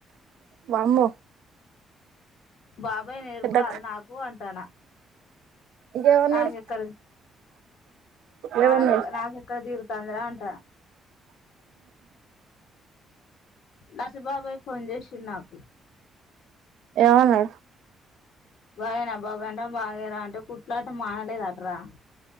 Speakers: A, on the right; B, on the left.
A: వామ్మో
B: బాబాయ్ నేర్పు
A: పెద్ద
B: రాదు నాకు అంటానా
A: ఇంకేమన్నాడు
B: నాకెక్కడ నాదే
A: ఏమన్నాడు
B: నాకెక్కడ తీరుతాందిరా అంటానా నచ్చబాబాయ్ ఫోన్ చేసిడు నాకు
A: ఏమన్నాడు
B: బాగానే బా వెంట బాగానా అంటే కుట్లాటు మానలే తటరా